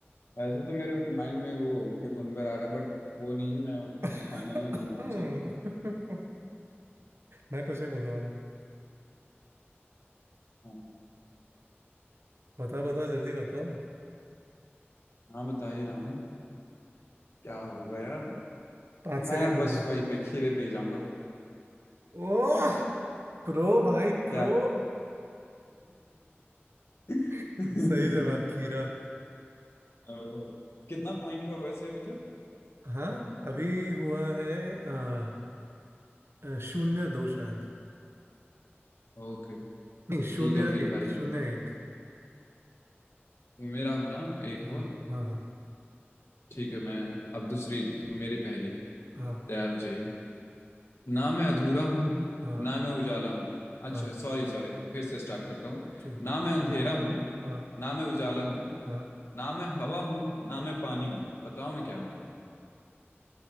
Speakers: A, on the left; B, on the right.
A: वैसे तो मेरे माइंड में वो क्यूकम्बर आ रहा है बट वो नहीं मैं
B: <laughs>
A: फाइनली दूंगा आंसर
B: मैं कुछ नहीं बोलने वाला
A: हाँ
B: बताओ बताओ जल्दी बताओ
A: हाँ, बता ही रहा हूँ क्या होगा यार
B: पाँच सेकंड
A: मैं
B: दे
A: बस
B: रहा हूँ
A: वही पे खीरे पे ही जाऊंगा
B: ओह प्रो भाई प्रो
A: क्या <laughs>
B: <laughs> सही जवाब खीरा
A: ओ, कितना पॉइंट हुआ वैसे अभी तक
B: हाँ अभी हुआ है आ, आ, शून्य दो शायद
A: ओके
B: नहीं शून्य
A: ठीक है अब मेरी
B: एक
A: पारी
B: शून्य एक
A: मेरा ना एक
B: हाँ
A: हुआ
B: हाँ हाँ
A: ठीक है मैं अब दूसरी मेरी पहली
B: हाँ
A: तैयार हो जाइए ना मैं अधूरा हूँ
B: हाँ
A: ना मैं उजाला हूँ अच्छा
B: हाँ
A: सॉरी सॉरी फिर से स्टार्ट करता हूँ
B: ठीक है
A: ना मैं अंधेरा हूँ
B: हाँ
A: ना मैं उजाला हूँ
B: हाँ
A: ना मैं हवा हूँ ना मैं पानी हूँ बताओ मैं क्या हूँ